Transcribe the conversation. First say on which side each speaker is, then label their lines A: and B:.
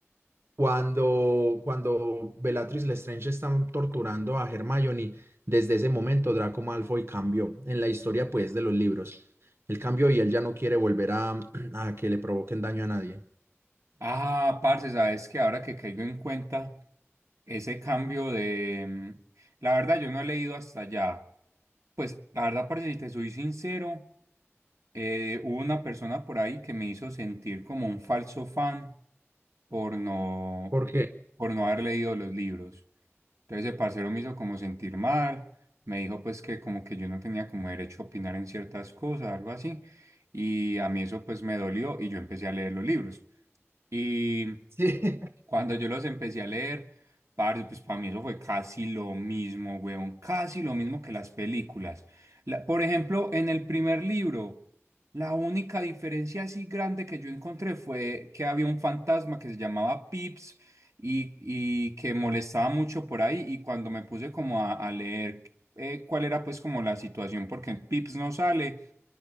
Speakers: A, on the right; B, on the right.
A: cuando, cuando Bellatrix Lestrange están torturando a Hermione, desde ese momento Draco Malfoy cambió en la historia pues de los libros. Él cambió y él ya no quiere volver a, <clears throat> a que le provoquen daño a nadie.
B: Ah, parce, sabes que ahora que caigo en cuenta ese cambio de... mm, La verdad, yo no he leído hasta allá. Pues la verdad, parce, si te soy sincero, eh, hubo una persona por ahí que me hizo sentir como un falso fan por no,
A: ¿Por qué?
B: por no haber leído los libros. Entonces el parcero me hizo como sentir mal, me dijo pues que como que yo no tenía como derecho a opinar en ciertas cosas, algo así. Y a mí eso pues me dolió y yo empecé a leer los libros. Y
A: Sí. <laughs>
B: cuando yo los empecé a leer, parce, pues para mí eso fue casi lo mismo, weón, casi lo mismo que las películas. La- por ejemplo, en el primer libro, la única diferencia así grande que yo encontré fue que había un fantasma que se llamaba Pips y, y que molestaba mucho por ahí y cuando me puse como a, a leer eh, cuál era pues como la situación, porque Pips no sale,